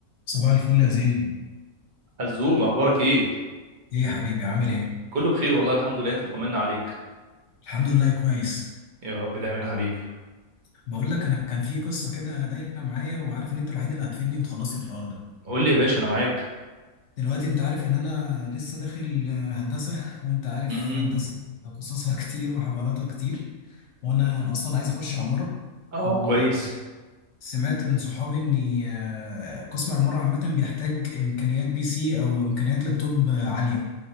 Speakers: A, on the left; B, on the right.
A: صباح الفل يا زين
B: عزوم اخبارك ايه
A: ايه يا حبيبي عامل ايه
B: كله بخير والله الحمد لله انت طمنا عليك
A: الحمد لله كويس
B: يا رب دايما يا حبيبي
A: بقول لك انا كان في قصه كده دايره معايا وعارف ان انت الوحيد اللي هتفيدني وتخلصي الحوار ده
B: قول لي يا باشا انا معاك
A: دلوقتي انت عارف ان انا لسه داخل آه، هندسه وانت عارف
B: امم
A: هندسه قصصها <laughs> كتير وحواراتها كتير وانا اصلا عايز اخش عماره
B: اه
A: وسمعت
B: كويس
A: من صحابي ان آه، قسم عماره عامه بيحتاج امكانيات بي سي او امكانيات لابتوب آه، عاليه